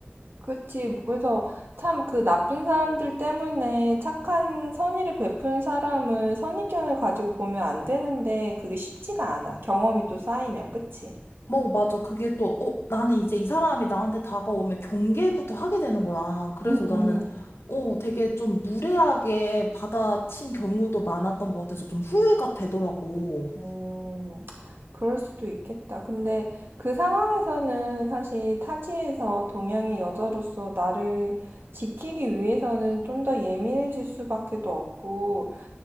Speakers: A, on the right (about 60°); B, on the left (about 85°).
A: 그렇지. 그래서 참 그 나쁜 사람들 때문에 착한 선의를 베푼 사람을 선입견을 가지고 보면 안 되는데 그게 쉽지가 않아. 경험이 또 쌓이면, 그치?
B: 뭐, 맞아. 그게 또, 어, 나는 이제 이 사람이 나한테 다가오면 경계부터 하게 되는 거야. 그래서
A: 응, 응,
B: 나는, 어, 되게 좀 무례하게 받아친 경우도 많았던 것 같아서 좀 후회가 되더라고.
A: 응. 그럴 수도 있겠다. 근데 그 상황에서는 사실 타지에서 동양인 여자로서 나를 지키기 위해서는 좀 더 예민해질 수밖에도 없고,